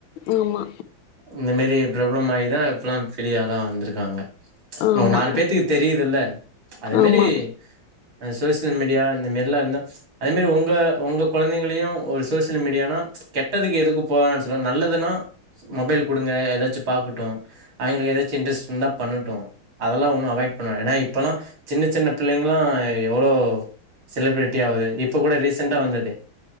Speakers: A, on the left; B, on the right.
A: ஆமா
B: இந்த மேரி பிரபலமாயிதா இப்பல்லா ஃபெரியாளா வந்துருக்காங்க
A: ஆமா
B: நோ நாலு பேத்துக்கு தெரிதில்ல அது
A: ஆமா
B: மேரி அ சோசியல் மீடியா இந்த மேரில்லா இருந்தா அதே மேரி ஒங்க ஒங்க கொழந்தைங்களயு ஒரு சோசியல் மீடியானா கெட்டதுக்கு எதுக்கு போ வேணா சொல்லுவாங்க நல்லதுன்னா மொபைல் குடுங்க ஏதாச்சு பாக்கட்டு அவிங்களுக்கு ஏதாச்சு இன்ட்ரெஸ்ட் இந்தா பண்ணட்டு அதெல்லா ஒண்ணு அவாய்ட் பண்ணவே ஏன்னா இப்பெல்லா சின்ன சின்ன பிள்ளைங்ல்லா எவ்ளோ செலிபிரிட்டி ஆவுது இப்ப கூட ரீசெண்டா வந்தது